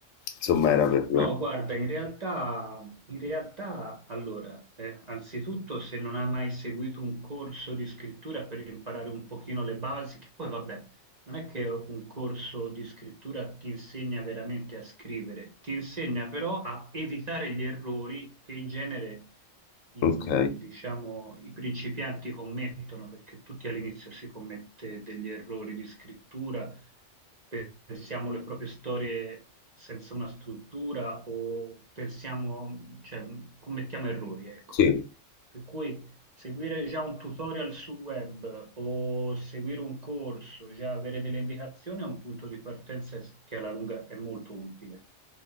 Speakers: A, on the left (about 85°); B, on the right (about 40°).
A: insomma era per...
B: No, guarda, in realtà, in realtà, allora, eh, anzitutto se non hai mai seguito un corso di scrittura per imparare un pochino le basi, che poi vabbè, non è che un corso di scrittura ti insegna veramente a scrivere, ti insegna però a evitare gli errori che in genere i,
A: Ok,
B: diciamo, i principianti commettono, perché tutti all'inizio si commette degli errori di scrittura pensiamo le proprie storie senza una struttura o pensiamo, cioè, commettiamo errori, ecco.
A: sì,
B: Per cui seguire già un tutorial sul web o seguire un corso, già avere delle indicazioni è un punto di partenza che alla lunga è molto utile.